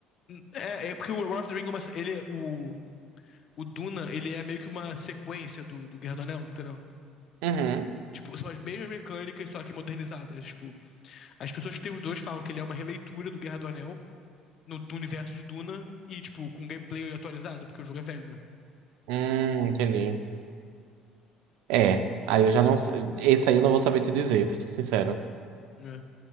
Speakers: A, on the left; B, on the right.
A: Hum, É, é porque o War of the Ring, é uma, se- ele, é- o, o Duna, ele é meio que uma sequência do, do Guerra do Anel, entendeu?
B: Uhum.
A: Tipo, são as mesmas mecânicas, só que modernizadas. Tipo, as pessoas que têm os dois falam que ele é uma releitura do Guerra do Anel no, no universo de Duna e, tipo, com gameplay atualizado, porque o jogo é velho, né?
B: Hum, entendi. É, aí eu já não sei. Esse aí eu não vou saber te dizer, pra ser sincero.
A: É.